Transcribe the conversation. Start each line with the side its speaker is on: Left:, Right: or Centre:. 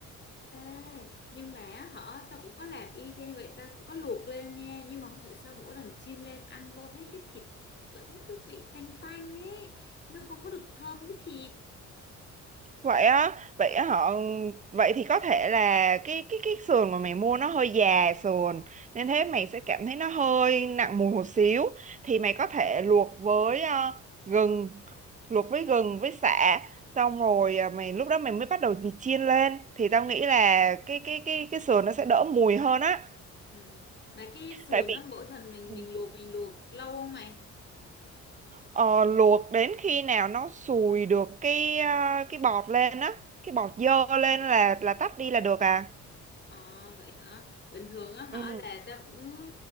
Left: Ê, nhưng mà hả, tao cũng có làm y chang vậy, tao cũng có luộc lên nha. Nhưng mà không hiểu sao mỗi lần chiên lên ăn vô thấy cái thịt vẫn cứ bị tanh tanh ấy. Nó không có được thơm cái thịt.
Right: vậy á vậy á họ vậy thì có thể là cái cái cái sườn mà mày mua nó hơi già sườn nên thế mày sẽ cảm thấy nó hơi nặng mùi một xíu thì mày có thể luộc với ờ, gừng luộc với gừng với sả xong rồi ờ, mày lúc đó mày mới bắt đầu mày chiên lên thì tao nghĩ là cái cái cái cái sườn nó sẽ đỡ mùi hơn á
Left: Ừ. Mà cái sườn
Right: tại vì
Left: nó mỗi lần mình
Right: Ừ.
Left: mình luộc mình luộc lâu không mày?
Right: Ờ, luộc đến khi nào nó sùi được cái à, cái bọt lên á, cái bọt dơ lên là là tắt đi là được à.
Left: À vậy hả? Bình thường á hả
Right: Ừ.
Left: là tao cũng